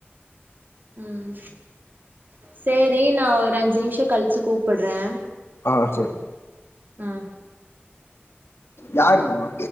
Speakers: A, on the right; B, on the left.
A: ம் சேரி நா ஒரு அஞ்சு நிம்ஷோ கழிச்சு கூப்புட்றே
B: ஆ ஹா சேரி
A: ம்
B: யாரு போனு